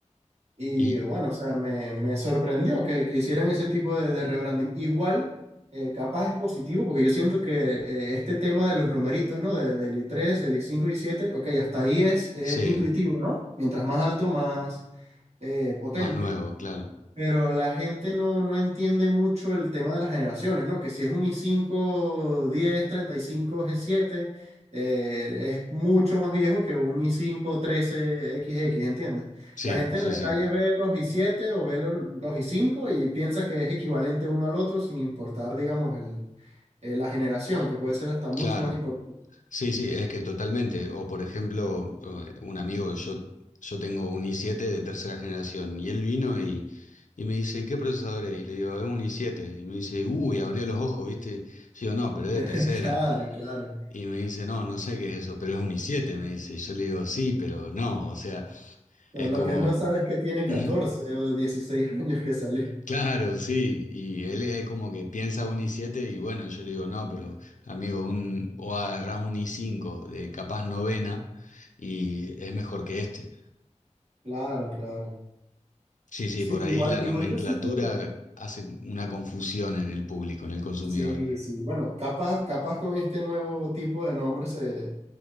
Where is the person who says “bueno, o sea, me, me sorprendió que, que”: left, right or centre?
Right